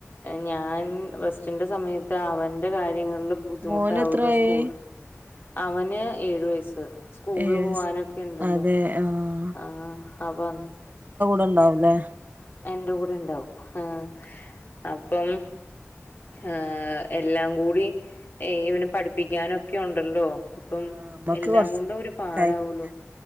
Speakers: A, on the left; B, on the right.
A: ഞാൻ റസ്റ്റിന്റെ സമയത്ത് അവന്റെ കാര്യങ്ങളില് ബുദ്ധിമുട്ടാവല്ലോ
B: മോന് എത്രായി
A: സ്കൂൾ അവന് ഏഴ് വയസ്സ് സ്കൂളിൽ
B: ഏഴ് വയസ്
A: പോവാനൊക്കെണ്ടല്ലോ
B: അതെ ആഹ്
A: ആഹ് അപ്പൊ
B: ണ്ടാവുലേ
A: എന്റെ കൂടെയുണ്ടാവും ആഹ് അപ്പം ഏഹ് എല്ലാം കൂടി ഇവനെ പഠിപ്പിക്കാനൊക്കെയുണ്ടല്ലോ അപ്പം
B: ആഹ് നമ്മക്ക്
A: എല്ലാം
B: കൊറച്ച്
A: കൊണ്ടും ഒരു പാടാവുള്ളൂ
B: കഴിയും